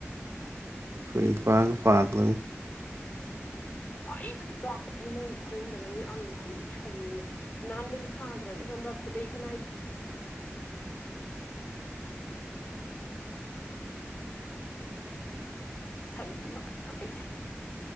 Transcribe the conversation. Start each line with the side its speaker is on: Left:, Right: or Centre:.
Right: ꯑꯩꯈꯣꯏ ꯏꯄꯥꯒ ꯄꯥꯒꯗꯝ
Left: ꯑꯩꯅ ꯆꯥꯛꯄꯁꯤ ꯅꯪ ꯈꯪꯗꯕꯩ ꯅꯤ ꯑꯜꯂ ꯑꯩ ꯁꯥꯎꯅꯤꯡꯉꯦ ꯅꯥꯟꯕꯗꯤ ꯁꯥꯗ꯭ꯔꯅꯦ ꯈꯪꯕ꯭ꯔꯥ ꯈꯨꯗꯩ ꯈꯨꯅꯥꯏ ꯁꯟ <unintelligible> ꯄꯩꯁꯥ